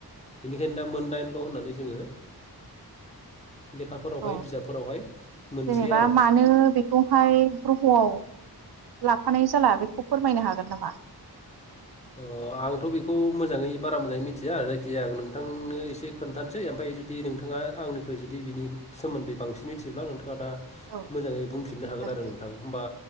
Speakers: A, on the left; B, on the right.
A: बेनिखायनो दा मोन डाइन ल' होननानै जोङो लेखाफोरावहाय
B: ओ
A: बिजाबफोरावहाय मोनसै
B: जेनेबा
A: आरो
B: मानो बेखौहाय ग्रह आव लाफानाय जाला बेखौ फोरमायनो हागोन नामा
A: अ आंथ' बेखौ मोजाङै बारा मोजाङै मिथिया आरो जायखिजाया आं नोंथांनो एसे खोन्थानोसै ओमफ्राय जुदि नोंथाङा आंनिख्रुइ जुदिनि सोमोन्दै बांसिन मिथियोब्ला नोंथां आ दा
B: औ
A: मोजाङै बुंफिननो
B: औ
A: हागोन
B: जागोन
A: आरो
B: दे
A: नोंथां होमबा